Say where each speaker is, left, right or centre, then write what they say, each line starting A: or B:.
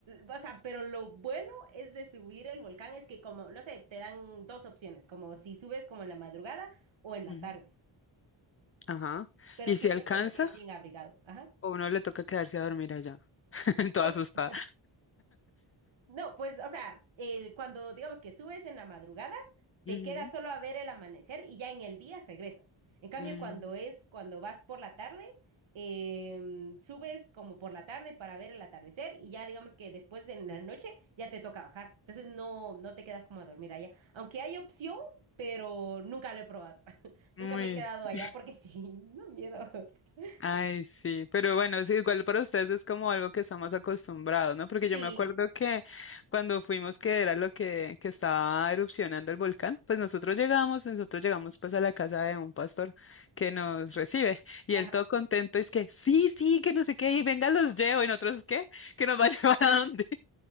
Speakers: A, on the right; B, on the left.
A: o sea, pero lo bueno es de subir el volcán es que como, no sé, te dan dos opciones, como si subes como en la madrugada o en la
B: Ujú.
A: tarde,
B: Ajá.
A: pero
B: ¿Y
A: siempre
B: si alcanza?
A: tienes que ir bien abrigado. Ajá.
B: O uno le toca quedarse a dormir allá, <laughs> toda
A: <laughs>
B: asustada.
A: No, pues, o sea, el, cuando digamos que subes en la madrugada, te
B: Ujú.
A: quedas solo
B: <laughs>
A: a ver el amanecer y ya en el día regresas. En cambio,
B: Mm,
A: cuando es, cuando vas por la tarde, em, subes como por la tarde para ver el atardecer y ya digamos que después de la noche ya te toca bajar. Entonces no, no te quedas como a dormir allá. Aunque hay opción, pero nunca lo he probado. <laughs> Nunca
B: uy,
A: me he quedado
B: sí.
A: allá porque <laughs> sí, no miedo. <laughs>
B: Ay, sí, pero bueno, sí, igual para ustedes es como algo que estamos acostumbrados, ¿no? Porque
A: Sí,
B: yo me acuerdo que cuando fuimos, que era lo que, que estaba erupcionando el volcán, pues nosotros llegamos, nosotros llegamos pues a la casa de un pastor que nos recibe y
A: ajá.
B: él todo contento es que sí, sí, que no sé qué, y venga, los llevo y nosotros qué, que nos va a <laughs> llevar a dónde.